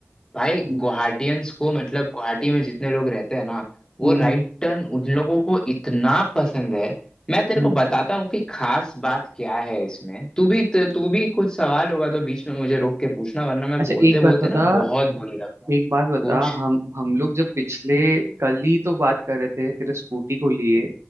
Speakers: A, on the left; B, on the right.
A: भाई
B: हम्म
A: गुवाहाटियंस को मतलब गुवाहाटी में जितने लोग रहते हैं ना वो
B: हम्म
A: राइट
B: हम्म
A: टर्न उन लोगों को इतना पसंद है मैं तेरे
B: हम्म।
A: को बताता हूँ कि खास बात क्या है इसमें तू भी तू भी कुछ सवाल होगा तो बीच में मुझे रोक के पूछना वरना मैं
B: अच्छा
A: बोलते
B: एक बात
A: बोलते
B: बता
A: ना बहुत बोलने लगता हूँ
B: एक बात बता
A: पूछ
B: हम हम लोग जब पिछले कल ही तो बात कर रहे थे तेरे स्कूटी को लिए